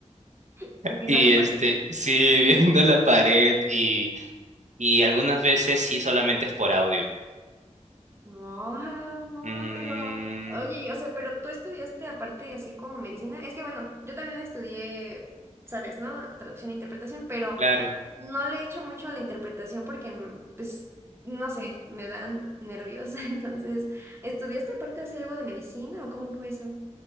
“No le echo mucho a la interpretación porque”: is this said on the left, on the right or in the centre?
Right